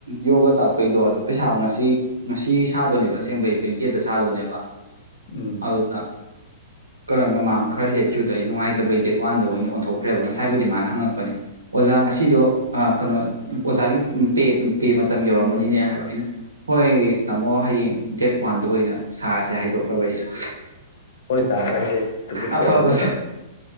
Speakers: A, on the right; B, on the left.
A: ꯌꯣꯒ ꯇꯥꯛꯄꯩꯗꯣ ꯑꯗꯣ ꯄꯩꯁꯥ ꯉꯁꯤ ꯉꯁꯤ ꯁꯥꯗꯣꯏꯅꯦꯕ ꯑꯁꯦꯡꯕꯩ ꯇ꯭ꯋꯦꯟꯇꯤ ꯑꯩꯗꯠꯇ ꯁꯥꯗꯣꯏꯅꯦꯕ
B: ꯎꯝ
A: ꯍꯧꯥꯎꯗ ꯀꯔꯣꯟ ꯃꯃꯥꯡ ꯈꯔ ꯂꯦꯞꯈꯤꯕꯗꯣ ꯑꯩ ꯅꯨꯡꯉꯥꯏꯇꯕꯩ ꯗꯦꯠ ꯋꯥꯟꯗ ꯑꯣꯏꯅ ꯑꯣꯟꯊꯣꯛꯈ꯭ꯔꯦꯕ ꯉꯁꯥꯏꯕꯨꯗꯤ ꯃꯥꯅ ꯍꯪꯉꯛꯄꯅꯦ ꯑꯣꯖꯥ ꯉꯁꯤꯗꯣ ꯀꯩꯅꯣ ꯑꯣꯖꯥꯒꯤ ꯄ ꯄꯦ ꯃꯇꯝ ꯌꯧꯔꯝꯃꯅꯤꯅꯦ ꯍꯥꯏꯕ ꯑꯩꯅ ꯍꯣꯏ ꯇꯥꯃꯣ ꯍꯌꯦꯡ ꯗꯦꯠ ꯋꯥꯟꯗ ꯑꯣꯏꯅ ꯁꯥꯔꯁꯦ ꯍꯥꯏꯗꯣꯛꯈ꯭ꯔꯕ ꯑꯩꯁꯨ
B: ꯍꯣꯏ ꯇꯔꯦ ꯀꯅꯦ
A: ꯑꯐꯕ